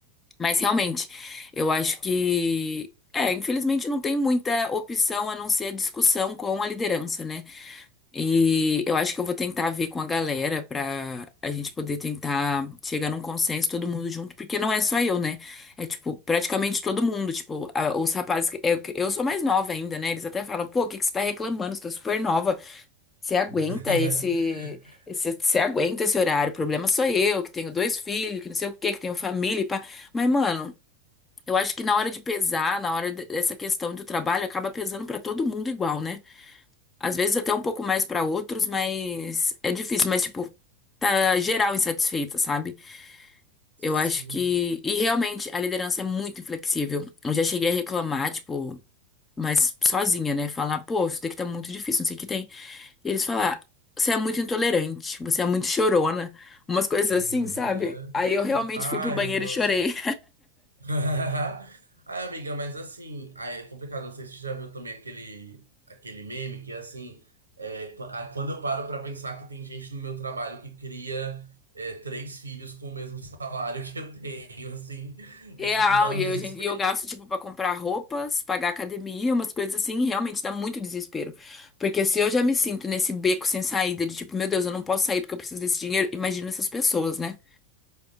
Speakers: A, on the left; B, on the right.
A: Mas realmente, eu acho que, é, infelizmente não tem muita opção a não ser a discussão com a liderança, né? E eu acho que eu vou tentar ver com a galera pra a gente poder tentar chegar num consenso todo mundo junto, porque não é só eu, né? É tipo, praticamente todo mundo, tipo, a- os rapazes, que- eu, eu sou mais nova ainda, né? Eles até falam, pô, o que que você tá reclamando? Você tá super nova. Você aguenta
B: <laughs>
A: esse, esse, você aguenta esse horário. O problema sou eu, que tenho dois filhos, que não sei o quê, que tenho família e pá. Mas, mano, eu acho que na hora de pesar, na hora de- dessa questão do trabalho, acaba pesando pra todo mundo igual, né? Às vezes até um pouco mais pra outros, mas é difícil, mas tipo, tá geral insatisfeita, sabe?
B: Sim.
A: Eu acho que e realmente a liderança é muito inflexível. Eu já cheguei a reclamar, tipo, mas sozinha, né? Falar, pô, isso daqui tá muito difícil, não sei o que tem. E eles falar, você é muito intolerante, você é muito chorona, umas coisas
B: <laughs>
A: assim, sabe? Aí eu realmente
B: Ai,
A: fui pro banheiro
B: nossa.
A: e chorei.
B: <laughs> Ai, amiga, mas assim, aí é complicado. Não sei se você já viu também aquele, aquele meme que é assim: é, qu- ah, quando eu paro pra pensar que tem gente no meu trabalho que cria é, três filhos com o mesmo salário que eu tenho, assim,
A: Real,
B: é tipo, dá um
A: e
B: desespero.
A: eu, gen- e eu gasto, tipo, pra comprar roupas, pagar academia, umas coisas assim, e realmente dá muito desespero. Porque se eu já me sinto nesse beco sem saída, de tipo, meu Deus, eu não posso sair porque eu preciso desse dinheiro, imagina essas pessoas, né?